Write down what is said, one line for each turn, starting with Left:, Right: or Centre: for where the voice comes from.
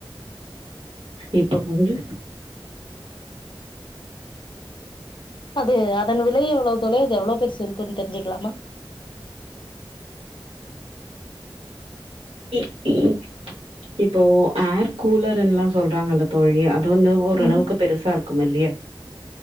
Right: இப்போ வந்து
Left: அது அதன் விலை எவ்ளோ தொழி அது எவ்ளோ பெர்ஷு இருக்குன் தெரிஞ்சிக்லாமா
Right: உ உ இப்போ அர் கூலருன்லா சொல்றாங்கல்ல தோழி அது வந்து ஓரளவுக்கு
Left: ம்.
Right: பெருசா இருக்கும் இல்யா